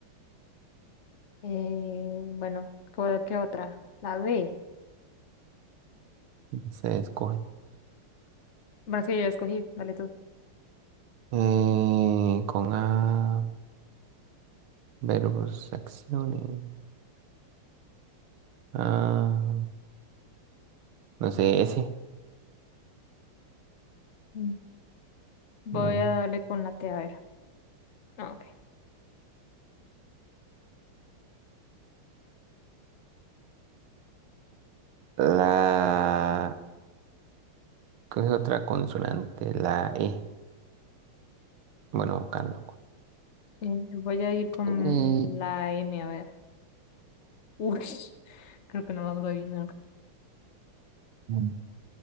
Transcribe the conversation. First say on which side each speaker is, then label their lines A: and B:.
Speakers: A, on the left; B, on the right.
A: Eh, bueno, ¿cuál- ¿qué otra? La D
B: Se escoge.
A: Bueno, es que yo ya escogí. Dale tú.
B: Eh, con A. Verbos, acciones. Ah, no sé, S.
A: Mm. Voy
B: No.
A: a darle con la T, a ver. Ah, ok.
B: La. ¿Qué es otra consonante? La E. Bueno, vocal, loco.
A: Eh, voy a ir con
B: Y
A: la M, a ver. Uy, <laughs> creo que no lo vamos a adivinar.
B: mm.